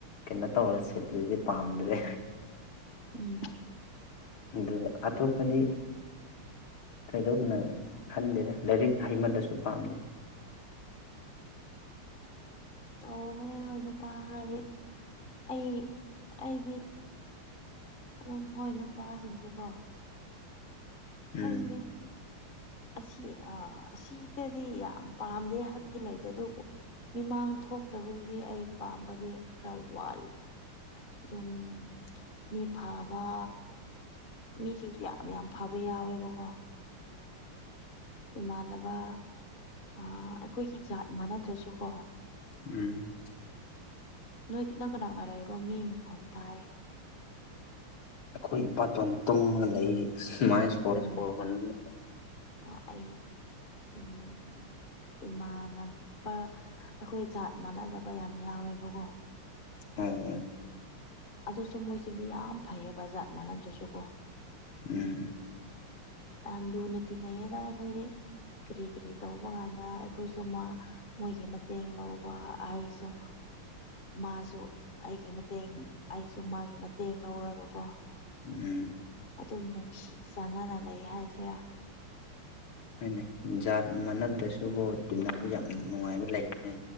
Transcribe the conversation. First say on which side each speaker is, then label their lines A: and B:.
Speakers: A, on the left (about 70°); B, on the left (about 35°).
A: ꯀꯩꯅꯣ ꯇꯧꯔꯒ ꯁꯦꯠꯄꯗꯨꯗꯤ ꯄꯥꯝꯗ꯭ꯔꯦ
B: ꯎꯝ
A: ꯑꯗꯨꯒ ꯑꯇꯣꯞꯄꯗꯤ ꯊꯣꯏꯗꯣꯛꯅ ꯈꯟꯗꯦꯗ ꯂꯥꯏꯔꯤꯛ ꯍꯩꯃꯜꯂꯁꯨ ꯄꯥꯝꯗꯦ
B: ꯇꯧꯕꯅꯤ ꯅꯣꯏ ꯅꯨꯄꯥ ꯈꯔꯗꯤ ꯑꯩ ꯑꯩꯗꯤ ꯑꯗꯨꯝ ꯍꯣꯏ ꯅꯨꯄꯥꯁꯤꯡꯁꯦꯀꯣ ꯈꯪꯗꯦ
A: ꯎꯝ
B: ꯑꯁꯤ ꯑꯁꯤꯗꯗꯤ ꯌꯥꯝ ꯄꯥꯝꯗꯦ ꯍꯥꯏꯕꯗꯤ ꯂꯩꯇꯦ ꯑꯗꯨꯕꯨ ꯃꯤꯃꯥꯡ ꯊꯣꯛꯇꯕꯗꯨꯗꯤ ꯑꯩ ꯄꯥꯝꯕꯗꯤ ꯈꯔ ꯋꯥꯠꯂꯦ ꯑꯗꯨꯝ ꯃꯤ ꯐꯕꯥ ꯃꯤꯁꯤꯡꯁꯨ ꯌꯥꯝ ꯌꯥꯝ ꯐꯕ ꯌꯥꯎꯋꯦꯕꯀꯣ ꯏꯃꯥꯟꯅꯕ ꯑ ꯑꯩꯈꯣꯏꯒꯤ ꯖꯥꯠ ꯃꯥꯟꯅꯗ꯭ꯔꯁꯨ ꯀꯣ
A: ꯎꯝ
B: ꯅꯣꯏ ꯅꯪ ꯀꯅꯥꯅ ꯂꯩꯕꯅꯣ ꯃꯤ ꯃꯈꯣꯟ ꯇꯥꯏ
A: ꯑꯩꯈꯣꯏ ꯏꯄꯥꯇꯣꯟ ꯇꯨꯝꯃꯒ ꯂꯩ ꯁꯨꯃꯥꯏꯅ
B: ꯁꯣꯔꯍꯣꯟꯕ ꯃꯈꯣꯜ ꯎꯝ ꯏꯃꯥꯟꯅꯕ ꯑꯩꯈꯣꯏ ꯖꯥꯠ ꯃꯥꯟꯅꯗꯕ ꯌꯥꯝ ꯌꯥꯎꯋꯦꯕꯀꯣ
A: ꯑꯝ
B: ꯑꯗꯨꯁꯨ ꯃꯣꯏꯁꯦ ꯃꯤ ꯌꯥꯝ ꯐꯩꯌꯦꯕ ꯖꯥꯠ ꯃꯥꯟꯅꯗ꯭ꯔꯁꯨ ꯀꯣ
A: ꯎꯝ
B: ꯌꯥꯝ ꯂꯨꯅ ꯇꯤꯟꯅꯩꯌꯦꯗꯥ ꯑꯩꯈꯣꯏꯗꯤ ꯀꯔꯤ ꯀꯔꯤ ꯇꯧꯕ ꯀꯥꯟꯗ ꯑꯩꯈꯣꯏꯁꯨ ꯃꯣꯏꯒꯤ ꯃꯇꯦꯡ ꯂꯧꯕ ꯑꯩꯁꯨ ꯃꯥꯁꯨ ꯒꯤ ꯃꯇꯦꯡ ꯑꯩꯁꯨ ꯃꯥꯒꯤ ꯃꯇꯦꯡ ꯂꯧꯔꯒꯀꯣ
A: ꯎꯝ
B: ꯑꯗꯨꯝ ꯅꯨꯡꯁꯤ ꯆꯥꯟꯅꯅ ꯂꯩ ꯍꯥꯏꯁꯦꯔꯥ
A: ꯍꯣꯏꯅꯦ ꯖꯥꯠ ꯃꯥꯟꯅꯗ꯭ꯔꯁꯨ ꯇꯤꯟꯅꯕ ꯌꯥꯝ ꯅꯨꯡꯉꯥꯏꯕ ꯂꯩꯕꯅꯦ